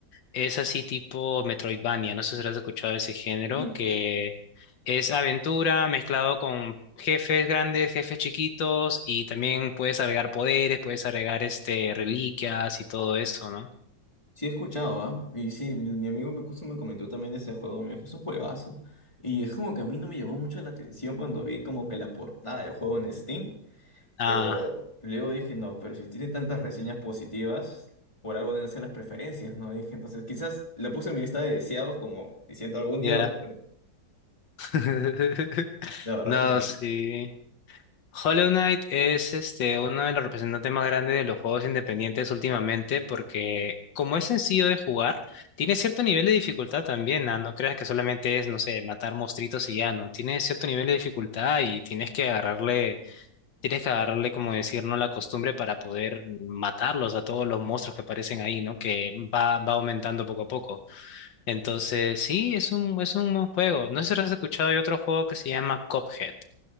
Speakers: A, on the left (about 80°); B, on the left (about 15°).
A: Es así tipo Metroidvania, no sé si has escuchado ese género,
B: Y
A: que es aventura mezclado con jefes grandes, jefes chiquitos, y también puedes agregar poderes, puedes agregar este reliquias y todo eso, ¿no?
B: sí he escuchado, ¿ah? Y sí, mi mi amigo me justo me comentó también de ese juego, me dijo, es un juegazo. Y es como que a mí no me llamó mucho la atención cuando vi como que la portada del juego en Steam.
A: Ah,
B: Pero luego dije, no, pero si tiene tantas reseñas positivas, por algo deben ser las preferencias, ¿no? Dije, entonces quizás la puse en mi lista de deseados como diciendo algún
A: ya.
B: día lo compraré.
A: <laughs>
B: La verdad
A: No,
B: es que sí.
A: sí. Hollow Knight es este, uno de los representantes más grandes de los juegos independientes últimamente porque como es sencillo de jugar, tiene cierto nivel de dificultad también, ah, No creas que solamente es, no sé, matar monstruitos y ya, ¿no? Tiene cierto nivel de dificultad y tienes que agarrarle, tienes que agarrarle, como decir, ¿no? La costumbre para poder matarlos a todos los monstruos que aparecen ahí, ¿no? Que va, va aumentando poco a poco. Entonces, sí, es un, es un buen juego. No sé si has escuchado, hay otro juego que se llama Cuphead.